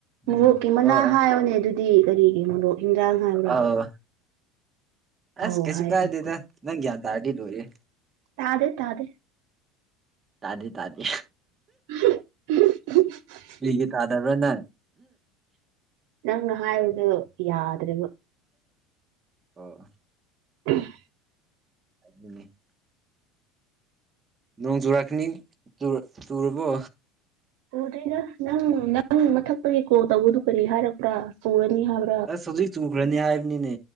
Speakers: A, on the right; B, on the right.
A: ꯎꯝ
B: ꯃꯣꯔꯣꯛꯀꯤ ꯃꯅꯥ
A: ꯑꯣ ꯑꯣ
B: ꯍꯥꯏꯣꯅꯦ ꯑꯗꯨꯗꯤ ꯗꯤ ꯀꯔꯤꯒꯤꯅꯣꯗꯣꯛ ꯌꯦꯟꯖꯥꯡ ꯍꯥꯏꯕ꯭ꯔꯥ
A: ꯑꯧ ꯑꯁ
B: ꯑꯧ
A: ꯀꯩꯁꯨ
B: ꯍꯥꯏ
A: ꯀꯥꯏꯗꯦꯗ
B: ꯑꯃꯨꯛꯀ
A: ꯅꯪ ꯒ꯭ꯌꯜ ꯇꯥꯔꯗꯤ ꯂꯣꯏꯔꯦ
B: ꯇꯥꯗꯦ ꯇꯥꯗꯦ
A: ꯇꯥꯗꯤ ꯇꯥꯗꯤ
B: <inaudible>
A: ꯀꯔꯤꯒꯤ ꯇꯥꯗꯕ꯭ꯔ ꯅꯪ
B: ꯅꯪ ꯍꯥꯏꯕꯗꯨ ꯌꯥꯗ꯭ꯔꯦꯕ
A: ꯑꯣ
B: ꯎꯝ
A: <unintelligible> ꯂꯣꯡ ꯆꯨꯔꯀꯅꯤ ꯆꯨꯔꯕꯣ
B: ꯄꯨꯗꯦꯗ ꯅꯪ ꯅꯪ ꯃꯊꯛꯇꯒꯤ ꯀꯣꯜ ꯇꯧꯕꯗꯨ ꯀꯔꯤ ꯍꯥꯏꯔꯛꯄ꯭ꯔ ꯄꯨꯔꯅꯤ ꯍꯥꯏꯕ
A: ꯑꯁ ꯍꯧꯖꯤꯛ ꯆꯨꯈ꯭ꯔꯅꯤ ꯍꯥꯏꯕꯅꯤꯅꯦ